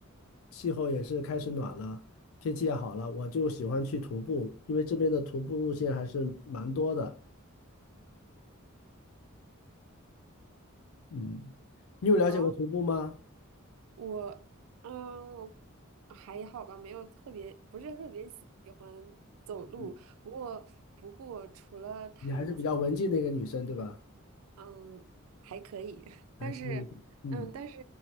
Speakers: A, on the left; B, on the right.
A: 气候也是开始暖了，天气也好了，我就喜欢去徒步，因为这边的徒步路线还是蛮多的。嗯，你有了解过徒步吗？
B: 啊，我，嗯，我还好吧，没有特别，不是特别喜欢走路。
A: 嗯
B: 不过，不过除了弹琴
A: 你还是比较文静的一个女生，对吧？
B: 嗯，还可以，<laughs>
A: 还可以。
B: 但是，
A: 嗯，
B: 嗯，但是，